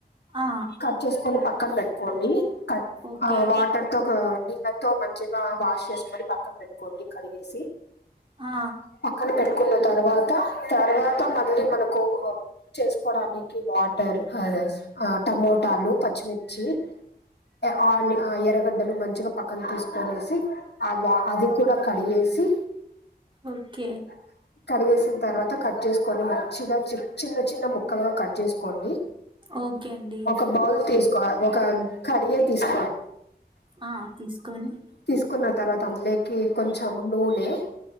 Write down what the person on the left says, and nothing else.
కట్ చేసుకొని పక్కన పెట్టుకోండి కట్
ఆ వాటర్ తోక నీళన్ తో మంచిగా వాష్ చేసుకొని పక్కన పెట్టుకోండి కడిగేసి
పక్కన పెట్టుకున్న తర్వాత తర్వాత మళ్ళీ మనకో గో చేసుకోడానికి వాటర్ హదర్స్ ఆ టమోటాలు పచ్చిమిర్చి ఎ ఆ అని అ ఎర్రగడ్డలు మంచిగా పక్కన తీసుకొనేసి అ వ అది కూడా కడిగేసి
<inaudible> కడిగేసిన తర్వాత కట్ చేసుకోండి మంచిగా చి చిన్న చిన్న ముక్కలుగా కట్ చేసుకోండి
ఒక బౌల్ తీసుకో ఒక కడియ తీసు
తీసుకున్న తర్వాత అందులేకి కొంచెం నూనే